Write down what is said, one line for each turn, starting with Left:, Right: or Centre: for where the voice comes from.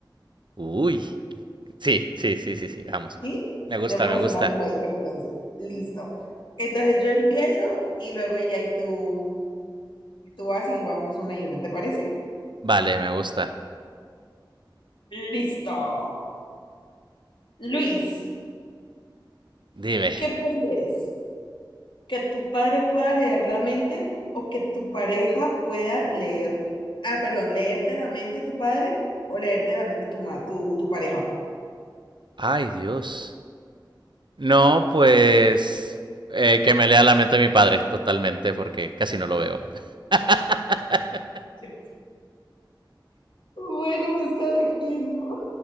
Right: Uy. Sí, sí, sí, sí, sí. Vamos.
Left: ¿Sí?
Right: Me gusta,
Left: Démonos
Right: me gusta.
Left: una jugadita entonces. Listo. Entonces yo empiezo y luego ya y tú, y tú vas y vamos una y una, ¿te parece?
Right: Vale, me gusta.
Left: Listo. Luis,
Right: Dime.
Left: ¿qué prefieres? que tu padre pueda leer la mente o que tu pareja pueda leer, ah, perdón, leerte la mente tu padre o leerte la mente tu, ma- tu, tu pareja.
Right: Ay, Dios. No, pues. eh, que me lea la mente de mi padre, totalmente, porque casi no lo veo. <laughs>
Left: Yo, Bueno, pues cada quien, ¿no?